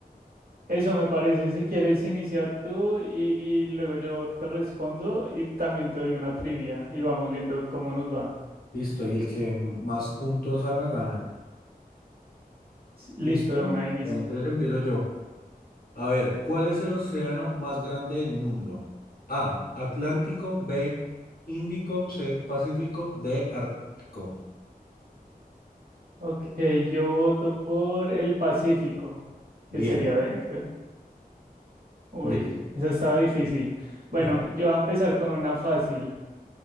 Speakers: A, on the right; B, on the left.
A: Eso me parece. Si quieres, inicia tú y, y luego yo te respondo y también te doy una trivia y vamos viendo cómo nos va.
B: Listo, y el que más puntos haga gana.
A: S- Listo,
B: ¿Listo?
A: de una inicia.
B: Bueno, entonces empiezo yo. A ver, ¿cuál es el océano más grande del mundo? A, Atlántico, B, Índico, C, Pacífico, D, Ártico.
A: Ok, yo voto por el Pacífico,
B: Bien,
A: que sería de, creo. Uy,
B: bien.
A: esa estaba difícil. Bueno,
B: <laughs> Ah,
A: yo voy a empezar con una fácil.